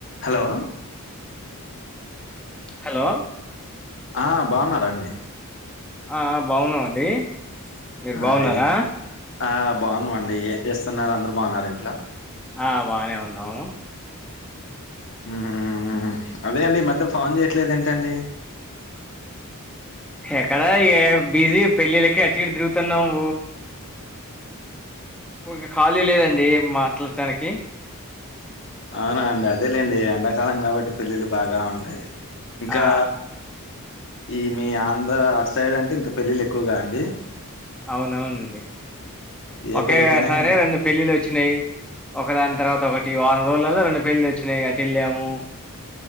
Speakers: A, on the left (about 60°); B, in the centre.
A: Hello
B: hello
A: ఆ బాగున్నారండి
B: ఆ బాగున్నామండి మీరు బాగున్నారా
A: ఆ ఏ ఆ బాగున్నావండి ఏం చేస్తున్నారు అందరు బాగున్నారు ఇంట్లో
B: ఆ బానే ఉన్నాము
A: హ్మ్ అదే అండి ఈ మధ్యల ఫోన్ చేయట్లేదు ఏంటండి
B: ఎక్కడ ఏ బిజీ పెళ్ళిళ్లకి అటు ఇటు తిరుగుతున్నాము ఓ ఇ ఖాళీ లేదండి మాట్లాడటానికి
A: అవునా అండి అదేలేండి ఎండాకాలం కాబట్టి పెళ్ళిళ్ళ బాగా ఉంటాయి ఇంకా
B: ఆ
A: ఈ మీ ఆంధ్ర అటు సైడ్ అంటే ఇంకా పెళ్ళిళ్ళు ఎక్కువగా అండి
B: అవునవునండి
A: ఏ
B: ఒకే
A: పెళ్ళికైనా
B: సారీ రెండు పెళ్ళిళ్ వచ్చినాయి ఒక దాని తర్వాత ఒకటి వారం రోజులల్లో రెండు పెళ్లిలు వచ్చినయి అటు వెళ్ళాము